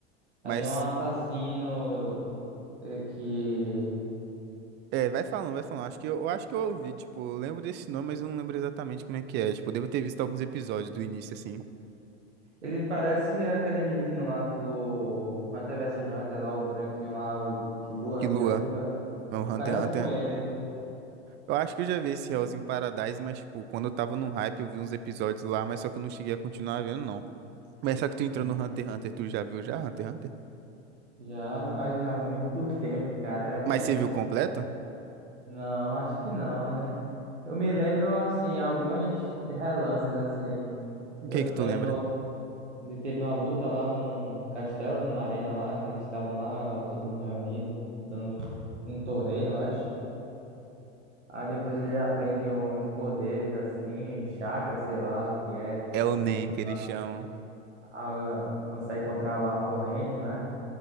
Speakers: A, on the right; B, on the right.
A: mas
B: É de um assassino é, que
A: é, vai falando, vai falando. Acho que eu, eu acho que eu ouvi, tipo, eu lembro desse nome, mas eu não lembro exatamente como é que é. Tipo, eu devo ter visto alguns episódios do início assim.
B: Ele parece aquele menino lá do Hunter vs Hunter, lá o branquinho lá, o que Lua,
A: Que
B: já
A: Lua.
B: viu? velho?
A: É O
B: Ele
A: Hunter
B: parece
A: x Hunter.
B: com ele.
A: Eu acho que eu já vi esse Hell's in Paradise, mas, tipo, quando eu tava no hype, eu vi uns episódios lá, mas só que eu não cheguei a continuar vendo, não. Mas só que tu entrou
B: Hum.
A: no Hunter x Hunter, tu já viu já Hunter x Hunter?
B: Já, mas há muito tempo, cara. Era criança
A: Mas você viu
B: assistia.
A: completo?
B: Não, acho que não. né? Eu me lembro, assim, alguns relances, assim.
A: O
B: Eu
A: que
B: se
A: que
B: lembro
A: tu lembra?
B: de teve uma luta lá no, num castelo, né, na arena lá, que eles estavam lá, todo mundo reunido, lutando num torneio, eu acho. Aí depois ele aprende uns poderes assim, um chakra, sei lá o que é.
A: É o
B: O
A: Nen,
B: menino
A: que eles chamam.
B: ah, consegue controlar uma corrente, né?